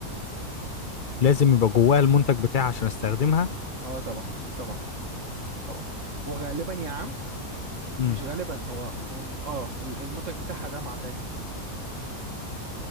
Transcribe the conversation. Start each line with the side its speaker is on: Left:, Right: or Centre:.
Left: لازم يبقى جواها المنتج بتاعي عشان استخدمها
Right: اه طبعا طبعا طبعا وغالبا يا عم
Left: امم
Right: مش غالبا هو أم- اه ال- المنتج بتاعها ده معدني